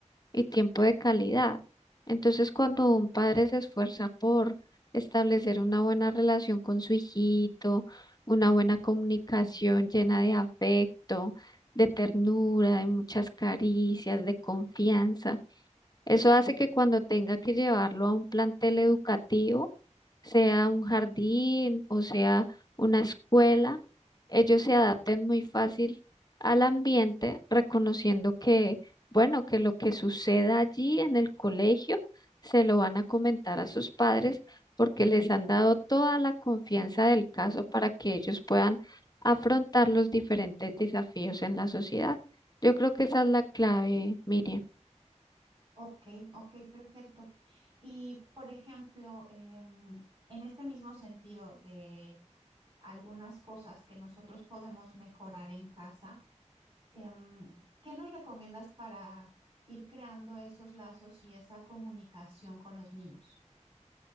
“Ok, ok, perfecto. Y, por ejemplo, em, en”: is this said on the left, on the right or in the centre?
Right